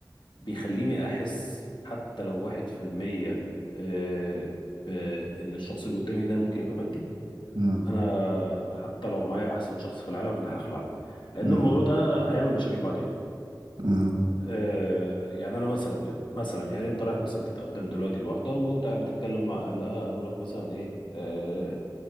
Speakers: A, on the left (about 75°); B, on the right (about 75°).
A: بيخليني احس حتى لو واحد في المية أه بان الشخص اللي قدامي ده ممكن يبقى مادي
B: امم
A: انا حتى لو معايا احسن شخص في العالم انا هخلع لان
B: امم
A: الموضوع ده هيعمل مشاكل بعدين
B: امم
A: آه، يعني انا مثلا يعني مثلا يعني انت رايح مثلا تتقدم دلوقتي لواحده وانت قاعد بتتكلم مع اهلها قالوا لك مثلا ايه آه،